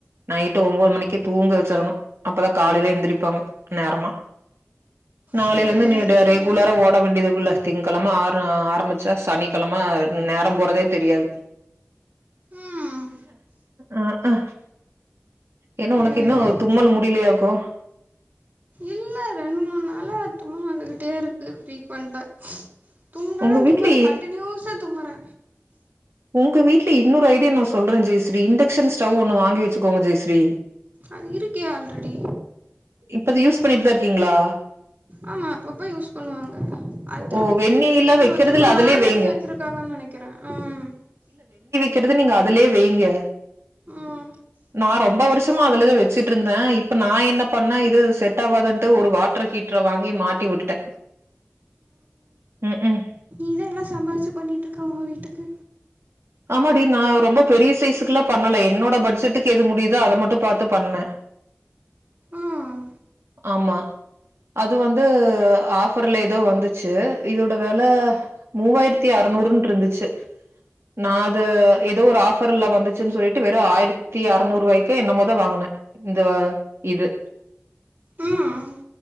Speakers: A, on the right; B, on the right.
A: நைட்டு ஒன்பது மணிக்கி தூங்க வச்சிரணு அப்பத காலையில எந்திரிப்பாங்க நேரமா நாளைல
B: சேரி
A: இருந்து <unintelligible>
B: சேரி
A: உள்ளார ஓட வேண்டியதுக்குல்ல திங்ககிழம ஆர ஆரம்பிச்சா சனிக்கிழம நேரம் போறதே தெரியாது
B: ம்
A: அக்க என்னா
B: சேரி
A: உனக்கு இன்னு தும்மல் முடியலையாக்கோ
B: இல்ல ரெண்டு மூணு நாளா தும்மல் வந்துகிட்டே இருக்கு ஃப்ரீக்வென்டா தும்பறே
A: உங்க வீட்ல
B: தும்பறே கண்டின்யூஸா தும்பறே
A: உங்க வீட்ல இன்னொரு ஐடியா நா சொல்றே ஜெய்ஸ்ரீ இண்டக்ஸன் ஸ்டவ் ஒண்ணு வாங்கி வச்சுக்கோங்க ஜெய்ஸ்ரீ
B: அது இருக்கே ஆல்ரெடி
A: இப்ப அத யூஸ் பண்ணிட்டு தா இருக்கீங்களா
B: ஆமா அப்பப்ப யூஸ் பண்ணுவாங்க அது திரும்ப
A: ஓ வெந்நீர்லா
B: கீழே எடுத்து வைக்கணு
A: வைக்கிறதுல
B: திரும்ப
A: அதுலயே
B: மேல
A: வைங்க
B: எடுத்து வச்சிருக்காங்கன்னு நினைக்கிறே ஆ ம்
A: கெட்டத நீங்க அதுலயே வைங்க
B: ம்
A: நா ரொம்ப வருஷமா அதுலதா வச்சிட்டு இருந்தே இப்ப நா என்ன பண்ணே இது செட்டாவாதுன்ட்டு ஒரு வாட்டர் ஹீட்டர் ஹீட்டர வாங்கி மாட்டி விட்டுட்டே க் ம்
B: இதெல்லா சம்பாதிச்சி பண்ணிட்டு இருக்கோ வீட்டுக்கு
A: ஆமாடி நா ரொம்ப பெரிய சைசுக்கெல்லா பண்ணல என்னோட பட்ஜெட்டுக்கு எது முடியுதோ அத மட்டு பாத்து பண்ணே
B: ம்
A: ஆமா அது வந்து ஆஃபர்ல ஏதோ வந்துச்சு இதோட விலை மூவாயிரத்தி ஆறுநூ நூறும் இருந்துச்சி நா அது
B: ஓ
A: ஏதோ ஒரு ஆபர்ல வந்துச்சின்னு சொல்லிட்டு வெறு ஆயிரத்தி அறுநூறு வாய்க்கே என்னமோ தா வாங்குனு இந்த இது
B: ம்